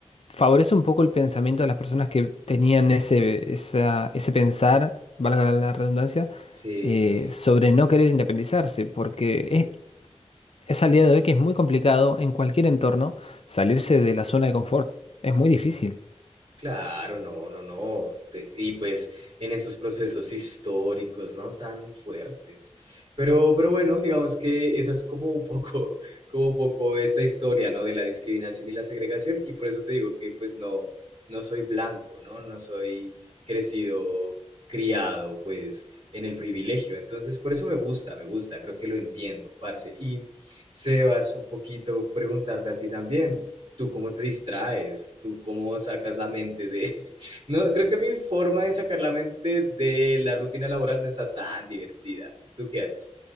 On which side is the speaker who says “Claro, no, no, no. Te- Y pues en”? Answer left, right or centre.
Right